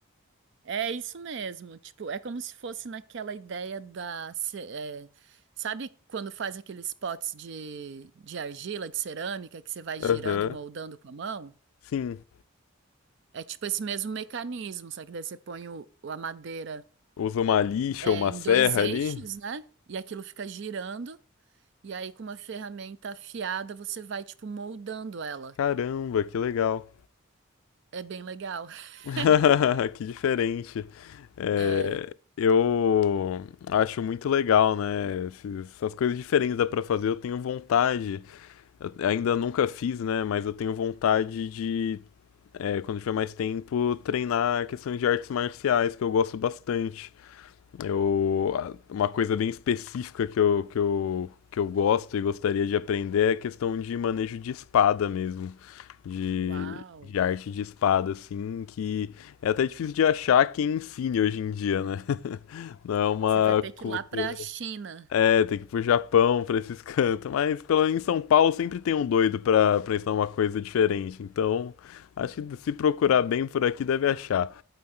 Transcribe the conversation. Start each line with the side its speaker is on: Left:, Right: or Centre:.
Right: É isso mesmo. Tipo, é como se fosse naquela ideia da. ce- é, sabe quando faz aqueles potes de, de argila, de cerâmica, que você vai girando
Left: Aham.
Right: e moldando com a mão?
Left: Sim.
Right: É tipo esse mesmo mecanismo, só que daí você põe o, o- a madeira
Left: Usa uma lixa
Right: é,
Left: ou uma
Right: em
Left: serra
Right: dois eixos,
Left: ali?
Right: né? E aquilo fica girando. E aí, com uma ferramenta afiada, você vai, tipo, moldando ela.
Left: Caramba, que legal.
Right: É bem legal. <laughs>
Left: <laughs> Que diferente. É,
Right: É.
Left: eu acho muito legal, né? esses- Essas coisas diferentes dá pra fazer. Eu tenho vontade, eu ainda nunca fiz, né? Mas eu tenho vontade de, é, quando tiver mais tempo, treinar a questão de artes marciais, que eu gosto bastante. Eu, a- uma coisa bem específica que eu, que eu, que eu gosto e gostaria de aprender é a questão de manejo de espada mesmo de,
Right: Uau!
Left: de arte de espada, assim, que é até difícil de achar quem ensine hoje em dia, né? <laughs> Não é uma
Right: Você vai ter que
Left: cultura.
Right: ir lá pra China.
Left: É, tem que ir pro Japão, pra esses <laughs> cantos. Mas pelo menos em São Paulo sempre tem um doido pra, pra ensinar uma coisa diferente. Então, acho que se procurar bem por aqui deve achar.